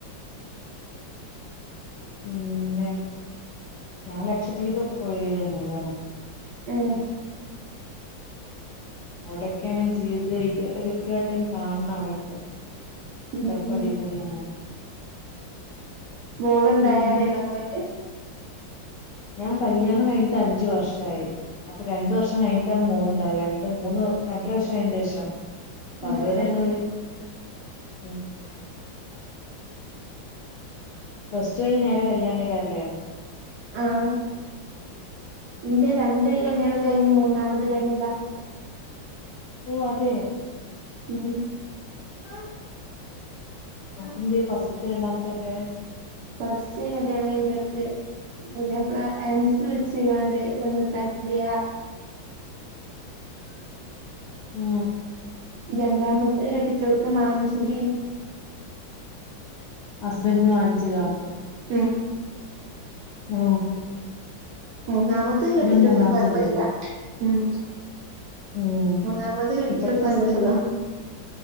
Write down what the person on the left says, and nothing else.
പിന്നെ ഞാൻ ലക്ഷദ്വീപൊക്കെ പോയ <unintelligible>
അവിടൊക്കെയാണ് ജീവിതത്തിലൽരിക്കക്കെ വട്ടം കാണണം അവിടൊക്കെ
<unintelligible>
അടിപൊടിയാണ്
പിന്നെ
ഞാൻ കല്യാണം കഴിഞ്ഞിട്ട് അഞ്ച് വർഷായി അപ്പൊ രണ്ടു വർഷം കഴിഞ്ഞിട്ടാണ് മോളളുണ്ടായത് രണ്ട് മൂന്ന് രണ്ടര വർഷം അതിന്റെ ശേഷം
അതുവരെ
ഞങ്ങള്ൾ ഉം പ്ലസ് ടു കഴിഞ്ഞ് നേരെ കല്യാണക്കാല്ലേ
ഓ അത
<unintelligible> എന്ത് ഫസ്റ്റിൽത്തേം രണ്ടാമത്തൊക്കെ
ഓ
ഹസ്ബൻഡറിന് മാനസികവും
ഓ
മൂന്നാമത്തത്
ഉം
ഇപ്പത്തെ ഹസ്ബൻഡും